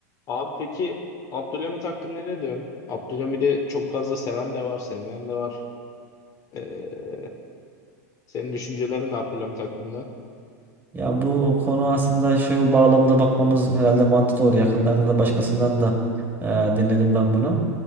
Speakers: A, on the left (about 40°); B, on the right (about 20°).
A: Abi peki Abdülhamit hakkında ne diyorsun? Abdülhamit'i çok fazla seven de var, sevmeyen de var. Ee, senin düşüncelerin ne Abdülhamit hakkında?
B: Ya bu konu aslında şu bağlamda bakmamız herhalde mantıklı olur. Yakınlarda da başkasından da e, dinledim ben bunu.